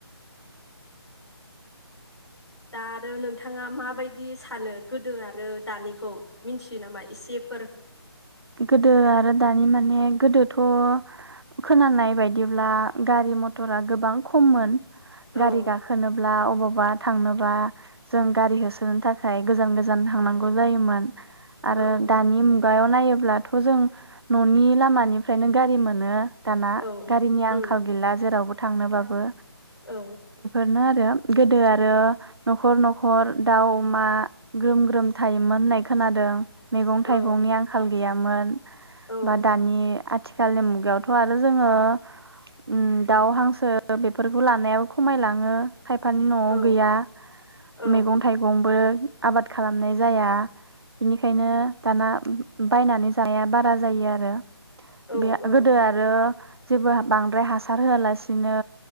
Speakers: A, on the left; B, on the right.
A: दा आरो नोंथाङा माबायदि फानो गोदो आरो दानिखौ मिथियो नामा एसे फोर?
B: गोदो आरो दानि माने गोदोथ' खोनानाय बायदिब्ला गारि मथरा गोबां खममोन।
A: औ
B: गारि गाखोनोब्ला अबावबा थांनोबा जों गारि होसोनो थाखाय गोजान गोजान थांनांगौ जायोमोन। आरो
A: औ
B: दानि मुगायाव नायो ब्लाथ' जों न'नि लामा निफ्रायनो गारि मोनो। दाना
A: औ
B: गारिनि आंखाल
A: उम
B: गैला जेरावबो। थांनो बाबो।
A: औ।
B: नो आरो गोदो आरो नखर नखर दाउ अमा ग्रोम ग्रोम थायोमोन होननाय खोनादों। मैगं थाइगंनि
A: औ
B: आंखाल गैयामोन।
A: औ
B: बा दानि आथिखालनि मुगायावथ' आरो जोङो ओम दाउ हांसो बेफोरखौ लानायाबो खमायलाङो। खायफानि नआव
A: औ
B: गैया
A: औ
B: मैगं थाइगंबो आबाद खालामनाय जाया। बिनिखायनो दाना बायनानै जायाबा बा जायो आरो।
A: औ
B: बे
A: औ
B: गोदो आरो। जेबो बांद्राय हासार होआलासिनो